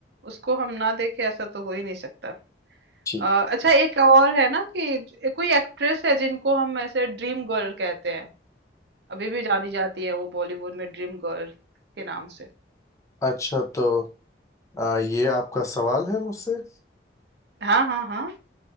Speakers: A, on the right (about 65°); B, on the left (about 15°).
A: उसको हम ना देखे ऐसा तो हो ही नहीं सकता
B: ठीक
A: अ, अच्छा एक और है ना कि ज- कोई एक्ट्रेस है जिनको हम ऐसे ड्रीम गर्ल कहते हैं अभी भी जानी जाती है वो बॉलीवुड में ड्रीम गर्ल के नाम से
B: अच्छा तो आ, ये आपका सवाल है मुझसे
A: हाँ हाँ हाँ